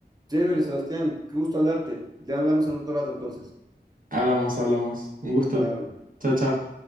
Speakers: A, on the right; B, on the right.
A: Chévere, Sebastián, qué gusto hablarte. Ya hablamos en otro rato entonces.
B: Hablamos, hablamos. Un gusto.
A: Chao.
B: Chao, chao.